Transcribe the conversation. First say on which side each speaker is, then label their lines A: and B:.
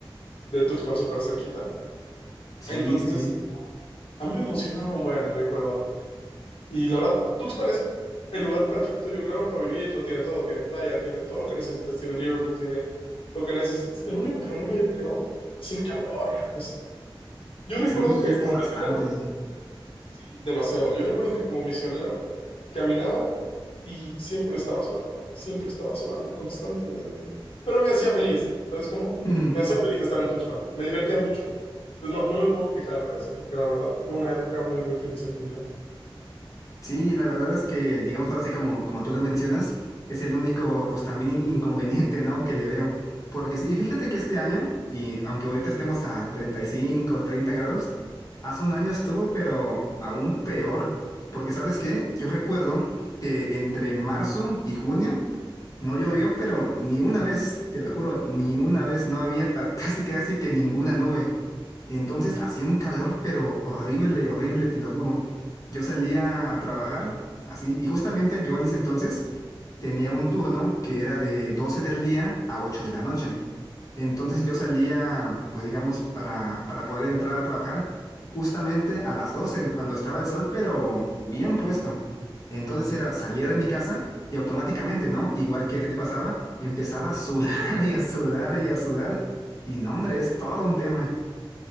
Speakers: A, on the left; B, on the left.
A: de Tuxpan súper cerquita.
B: Sí,
A: Entonces,
B: sí, sí.
A: a mí me emocionaba un buen recuerdo. Y la verdad, Tuxpan es el lugar perfecto, yo creo, para vivir. Lo tiene todo. Tiene playa, tiene todo lo que necesitas. Tiene Liverpool, tiene lo que necesitas. El único problema, yo creo, es el calor. Es- Yo recuerdo
B: Sí,
A: que
B: es
A: como
B: que es bastante.
A: misionero Sí, demasiado. Yo recuerdo que como misionero caminaba y siempre estaba sudando, siempre estaba sudando constantemente, pero me hacía feliz, ¿sabes cómo?
B: <laughs>
A: Me hacía feliz estar en Tuxpan, me divertía mucho. Pues no, no me puedo quejar de eso, porque la verdad fue una época muy, muy feliz en mi vida.
B: Sí, la verdad es que, digamos ahora sí como, como tú lo mencionas, es el único, pues también in- inconveniente, ¿no? que le veo. Porque, sí, y fíjate que este año, y aunque ahorita estemos a 35, 30 grados, hace un año estuvo, pero aún peor. Porque, ¿sabes qué? Yo recuerdo que entre marzo y junio no llovió, pero ni una vez, te lo juro, ni una vez no había pa- <laughs> casi casi que ninguna nube. Entonces hacía un calor, pero horrible, horrible, te lo juro. Yo salía a trabajar así, y justamente yo en ese entonces tenía un turno que era de 12 del día a 8 de la noche. Entonces yo salía, pues digamos, para, para poder entrar a trabajar justamente a las doce cuando estaba el sol, pero bien puesto. Entonces era, salía de mi casa y automáticamente, ¿no? Igual que a ti te pasaba, empezaba a sudar <laughs> y a sudar y a sudar. Y no, hombre, es todo un tema.